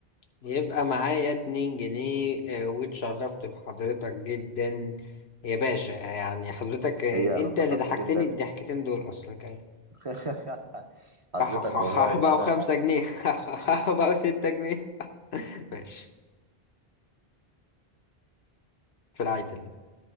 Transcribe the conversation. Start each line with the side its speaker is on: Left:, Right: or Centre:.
Left: يبقى معايا اتنين جنيه آه، واتشرفت بحضرتك جدا يا باشا يعني حضرتك آه،
Right: هي أنا
Left: انت
Right: انبسطت
Left: اللي ضحكتني
Right: جدا
Left: الضحكتين دول اصلا كمان
Right: <laughs> حضرتك
Left: <laughs>
Right: والله أنا
Left: بقوا خمسة جنيه <laughs> بقوا ستة جنيه <laughs> ماشي في رعاية الله.